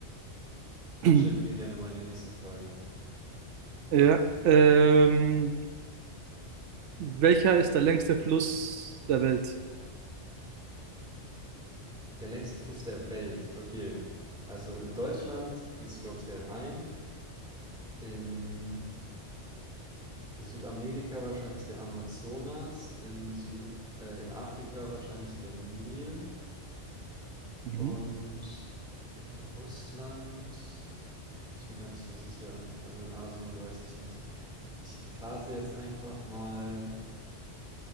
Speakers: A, in the centre; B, on the right.
A: Dann
B: <clears throat>
A: stell mir gerne mal die nächste Frage.
B: ja, ähm, welcher ist der längste Fluss der Welt?
A: Der längste Fluss der Welt. Okay. Also, in Deutschland ist, glaube ich, der Rhein. In Südamerika wahrscheinlich der Amazonas. In Süd äh, in Afrika wahrscheinlich der Nil.
B: Mhm.
A: Und in Russland bin ich mir gar nicht so sicher. Also in Asien weiß ich nicht. Ich rate jetzt einfach mal